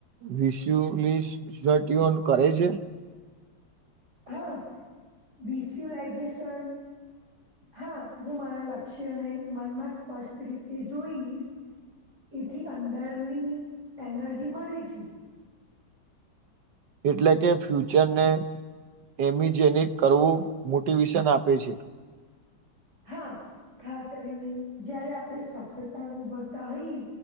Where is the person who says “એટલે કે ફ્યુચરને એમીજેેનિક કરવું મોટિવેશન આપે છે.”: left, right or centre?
Right